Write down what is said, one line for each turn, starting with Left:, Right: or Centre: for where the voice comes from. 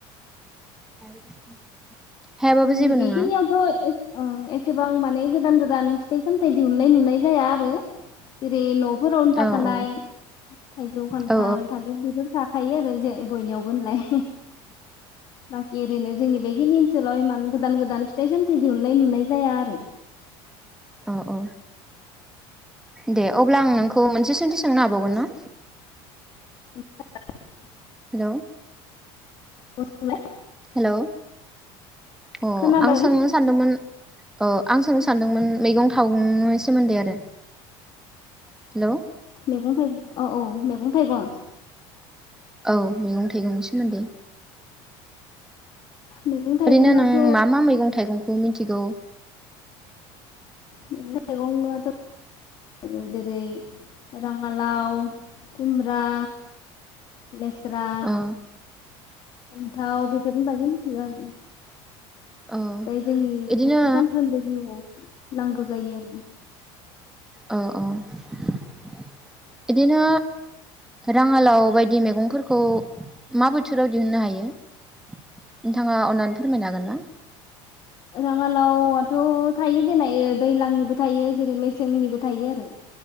Centre: <inaudible> हायाबाबो
Left: जोंनि
Centre: जेबो
Left: बे
Centre: नङा
Left: खिनिआव थ' एसे ओं एस सेबां माने गोदान गोदान फिथाइ सामथाइ दिहुननाय नुनाय जाया आरो जेरै न' फोरावनो थाखानाय
Centre: औ औ
Left: थायजौ खान्थाल
Centre: औ
Left: थालिर बेफोर फा थाखायो आरो जे बयनियावबो होनलाय। बाखि ओरैनो जोंनि बेखिनि सोलाय इमान गोदान गोदान फिथाइ सामथाइ दिहुननाय नुनाय जाया आरो।
Centre: अ अ। दे अब्ला आं नों अ मोनसे सोंथि सोंनो हाबावगोन ना?
Left: <unintelligible>
Centre: हेलौ।
Left: अ सोंलाय
Centre: हेलौ अ
Left: खोनादों
Centre: आं सोंनो सानदोंमोन। ओ आं सोंनो सानदोंमोन मैगं-थाइनि सोमोन्दै आरो। हेलौ
Left: मेगं-थाइगं औ औ मैगं थायगं
Centre: औ मैगं थाइगंनि सोमोन्दै।
Left: मैगं थाइगङाथ'
Centre: ओरैनो नों मा मा मैगं-थाइगं खौ मिथिगौ?
Left: मैगं-थाइगं आथ' आरो जेरै राङालाव खुमब्रा लेस्रा
Centre: ओ
Left: फान्थाव बेफोरनि बागै मिथिगो आरो।
Centre: ओ
Left: जाय जोंनि
Centre: इदिनो
Left: सानफ्रोमबो जिउआव नांगौ जायो
Centre: औ औ बिदिनो राङालाव बायदि मैगंफोरखौ मा बोथोराव दिहुननो हायो नोंथाङा अननानै फोरमायनो हागोन ना?
Left: राङालावाथ' थायो देनाय दैज्लांनिबो थायो जेरै मेसेंनिबो थायो आरो